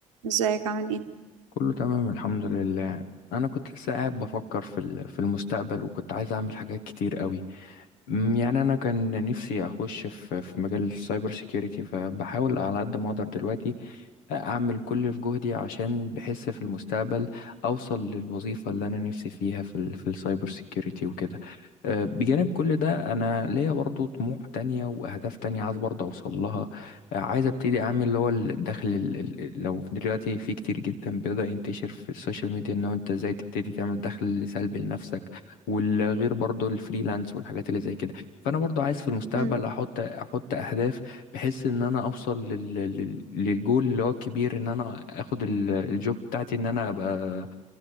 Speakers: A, on the right; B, on the left.
A: ازيك عامل ايه
B: كله تمام الحمد لله انا كنت لسه قاعد بفكر في ال- في المستقبل وكنت عايز اعمل حاجات كتير قوي أمم، يعني انا كان نفسي اخش في في مجال السايبر سيكيورتي فبحاول على قد ما اقدر دلوقتي اعمل كل اللي في جهدي عشان بحس في المستقبل اوصل للوظيفه اللي انا نفسي فيها في ال في السايبر سيكيورتي وكده أه، بجانب كل ده انا ليا برضو طموح تانية واهداف تانية عايز برضو اوصل لها أه، عايز ابتدي اعمل اللي هو الدخل ال- ال- لو دلوقتي في كتير جدا بيقدر ينتشر في السوشيال ميديا ان هو انت ازاي تبتدي تعمل دخل سلبي لنفسك والغير برضو الفريلانس والحاجات اللي زي كده فانا برضو عايز في المستقبل
A: مم.
B: احط احط اهداف بحيث ان انا اوصل لل... لل- للجول اللي هو الكبير ان انا اخد ال- الجوب بتاعتي ان انا ابقى